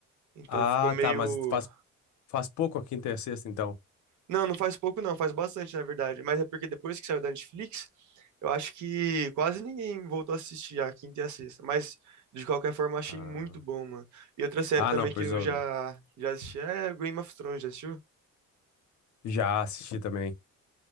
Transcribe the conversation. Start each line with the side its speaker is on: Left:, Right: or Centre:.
Right: Então
Left: Ah,
Right: ficou meio
Left: tá, mas faz, faz pouco a quinta e a sexta, então.
Right: Não, não faz pouco não, faz bastante, na verdade. Mas é porque depois que saiu da Netflix, eu acho que quase ninguém voltou a assistir a quinta e a sexta. Mas, de qualquer forma, achei
Left: Ah,
Right: muito bom, mano. E outra série
Left: ah,
Right: também
Left: não, Prison
Right: que eu já,
Left: Break.
Right: já assisti é Game of Thrones, já assistiu?
Left: Já assisti também.